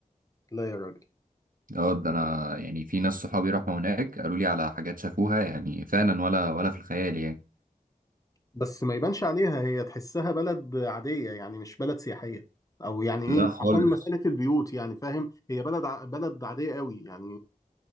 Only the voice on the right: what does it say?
اه ده أنا يعني في ناس صحابي راحوا هناك قالوا لي على حاجات شافوها يعني فعلا ولا ولا في الخيال يعني
لا
خالص